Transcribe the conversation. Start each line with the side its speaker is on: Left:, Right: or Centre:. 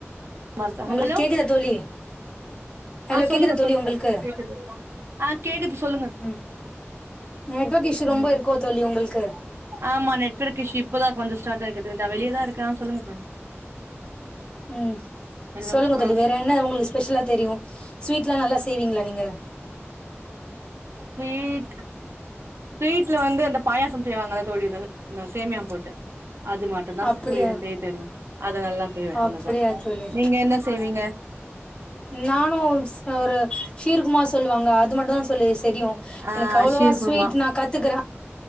Right: ம
Left: உங்களுக்கு
Right: ஹலோ
Left: கேக்குதா தோழி ஹலோ
Right: ஆ சொல்லுங்க
Left: கேக்குதா தோழி
Right: சொல்லுங்க
Left: உங்களுக்கு
Right: கேக்குது ஆ கேக்குது சொல்லுங்க
Left: ம் நெட்வொர்க் இஷ்யூ ரொம்ப
Right: ம்
Left: இருக்கோ தோழி உங்களுக்கு
Right: ஆமா நெட்வொர்க் இஸ்யூப் இப்போதா கொஞ்ச ஸ்ட இருக்குது இந்த வெளியதா இருக்க சொல்லுங்க தோழி
Left: ம்
Right: ஹலோ
Left: சொல்லுங்க
Right: ஆ
Left: தோழி வேற என்ன உங்களுக்கு ஸ்பெஷலா தெரியு ஸ்வீட்ல்லா நல்ல ஆ செய்வீங்களா நீங்க
Right: ஸ்வீட் ஸ்வீட்ல வந்து அந்த பாயாசம் செய்வாங்கள தோழி இந்த சேமியா போட்டு அது மட்டுந்தா
Left: அப்படியா
Right: தோழி எனக்கு செய்ய தெரியு அத நல்லா செய்வே அவ்வளவுதா
Left: அப்படியா தோழி
Right: நீங்க என்ன செய்வீங்க
Left: நானு ஒரு ஒரு ஷீர் குமார் சொல்லுவாங்க அது மட்டுந்தா தோழி சரியு
Right: ஆ
Left: எனக்கு அவ்வளோவா
Right: ஷீர்குர்மா
Left: ஸ்வீட் நா கத்துக்குறே